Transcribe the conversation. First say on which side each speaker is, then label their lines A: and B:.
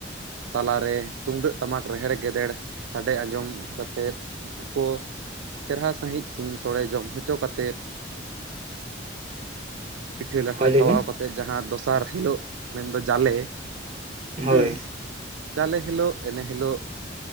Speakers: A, on the right; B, on the right.
A: ᱛᱟᱞᱟᱨᱮ, ᱛᱩᱢᱫᱟᱹᱜ ᱴᱟᱢᱟᱠ ᱨᱮᱦᱮᱲ ᱜᱮᱡᱮᱲ ᱥᱟᱰᱮ ᱟᱸᱡᱚᱢ ᱠᱟᱛᱮᱫᱼᱼ <unintelligible> ᱪᱮᱨᱦᱟ ᱥᱟᱺᱦᱤᱡ ᱥᱤᱢ ᱥᱳᱲᱮ ᱡᱚᱢ ᱦᱚᱪᱚ ᱠᱟᱛᱮᱫᱼᱼ ᱯᱤᱴᱷᱟᱹ ᱞᱟᱴᱷᱟ
B: ᱦᱳᱭ ᱞᱟᱹᱭ
A: ᱠᱷᱟᱣᱟᱣ
B: ᱵᱮᱱ
A: ᱠᱟᱛᱮᱫ ᱡᱟᱦᱟᱸ ᱫᱚᱥᱟᱨ ᱦᱤᱞᱳᱜ, ᱢᱮᱱᱫᱚ ᱡᱟᱞᱮᱼᱼ
B: ᱦᱳᱭ
A: ᱦᱩᱸ ᱡᱟᱞᱮ ᱦᱤᱞᱳᱜ, ᱮᱱᱮ ᱦᱤᱞᱳᱜ,